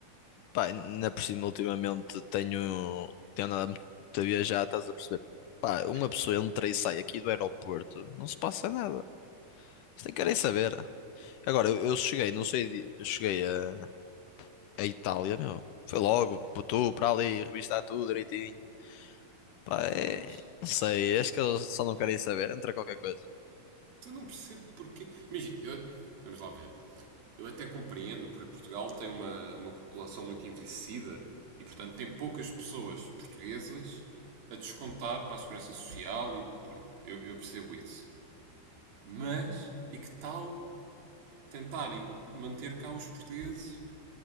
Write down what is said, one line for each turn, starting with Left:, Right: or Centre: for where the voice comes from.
Left: Pá, ainda por cima, ultimamente tenho. Tenho andado muito a viajar, estás a perceber? Pá,
Right: Sim.
Left: uma pessoa entra e sai aqui do aeroporto, não se passa nada. Vocês nem querem saber. Agora, eu, eu cheguei, não sei, de- eu cheguei a, a Itália, meu. Foi logo, para tu, para ali, revistar tudo direitinho. Pá, é...
Right: Mas
Left: Não sei, acho que eles só não querem saber, entra qualquer coisa.
Right: eu não percebo porquê. Imagina, eu- vamos lá ver. Eu até compreendo, porque Portugal tem uma, uma população muito envelhecida e, portanto, tem poucas pessoas portuguesas a descontar para a segurança social e pronto, eu, eu percebo isso. Mas, e que tal tentarem manter cá os portugueses